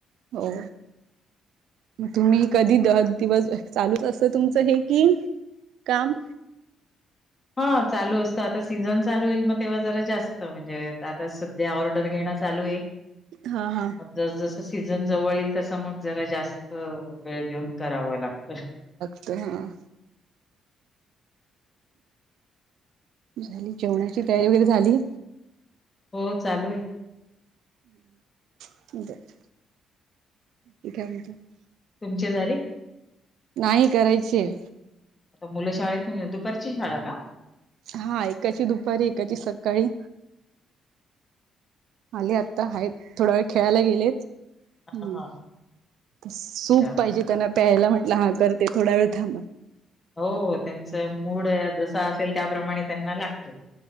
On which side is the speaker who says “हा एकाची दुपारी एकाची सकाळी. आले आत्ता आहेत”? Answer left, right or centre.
Right